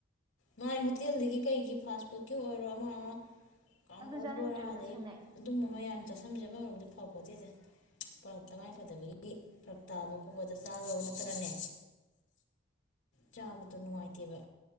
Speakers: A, on the left (about 90°); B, on the right (about 25°).
A: ꯉꯥꯏ ꯍꯣꯇꯦꯜꯗꯒꯤ ꯀꯩꯒꯤ ꯐꯁ ꯐꯨꯗꯀꯤ ꯑꯣꯏꯔꯣ ꯑꯃꯥ ꯑꯃꯥ ꯀꯪꯍꯧ
B: ꯑꯗꯨ ꯆꯥꯅꯤꯡꯗ꯭ꯔꯦꯕ
A: ꯕꯣꯔꯥ ꯑꯗꯩꯩ
B: ꯇꯁꯦꯡꯅ
A: ꯑꯗꯨꯝꯕ ꯃꯌꯥꯝ ꯆꯥꯁꯤꯟꯕꯁꯦ ꯑꯃꯔꯣꯝꯗ ꯐꯄꯣꯇꯦꯗꯥ ꯇꯥꯉꯥꯏ ꯐꯥꯗꯕꯒꯤ ꯐꯔꯛ ꯇꯥꯕꯥ ꯈꯣꯠꯄꯗ ꯆꯥꯕꯥ ꯅꯠꯇꯅꯅꯦ ꯆꯕꯗꯣ ꯅꯨꯪꯉꯥꯏꯇꯦꯕ